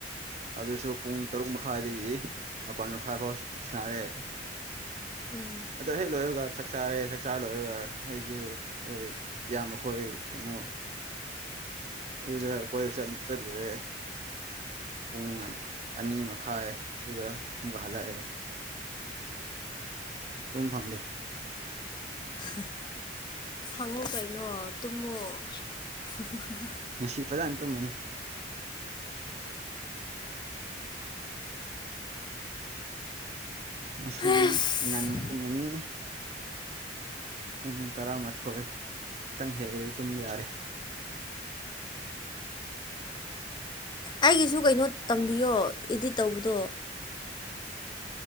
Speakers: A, on the right; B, on the left.
A: ꯑꯗꯨꯁꯨ ꯄꯨꯡ ꯇꯔꯨꯛ ꯃꯈꯥꯏꯗꯒꯤ ꯃꯄꯜ ꯃꯈꯥꯏ ꯐꯥꯎ ꯁꯥꯟꯅꯔꯦ
B: ꯎꯝ
A: ꯑꯗꯣ ꯍꯦꯛ ꯂꯣꯏꯕꯒ ꯆꯥꯛ ꯆꯥꯔꯦ ꯆꯥꯛ ꯆꯥꯔ ꯂꯣꯏꯔꯒ ꯑꯩꯁꯨ <unintelligible> ꯌꯥꯝꯕꯈꯣꯏ ꯀꯩꯅꯣ ꯑꯗꯨꯗ ꯀꯣꯏꯕ ꯆꯠ ꯆꯠꯂꯨꯔꯦ ꯄꯨꯡ ꯑꯅꯤ ꯃꯈꯥꯏ ꯑꯗꯨꯒ ꯑꯃꯨꯛꯀ ꯍꯜꯂꯛꯑꯦ ꯇꯨꯝ ꯐꯪꯗꯦ
B: ꯍꯍ ꯐꯪꯉꯣ ꯀꯩꯅꯣ ꯇꯨꯝꯃꯣ ꯍꯍꯍ
A: ꯉꯁꯤ ꯐꯖꯅ ꯇꯨꯝꯃꯅꯤ <inaudible> ꯉꯁꯤꯗꯤ
B: ꯑꯁ
A: ꯉꯟꯅ ꯇꯨꯝꯒꯅꯤ ꯄꯨꯡ ꯇꯔꯥꯃꯥꯊꯣꯏ ꯈꯤꯇꯪ ꯍꯦꯜꯂꯗꯤ ꯇꯨꯝ ꯌꯥꯔꯦ
B: ꯑꯩꯒꯤꯁꯨ ꯀꯩꯅꯣ ꯇꯝꯕꯤꯌꯣ ꯏꯗꯤꯠ ꯇꯧꯕꯗꯣ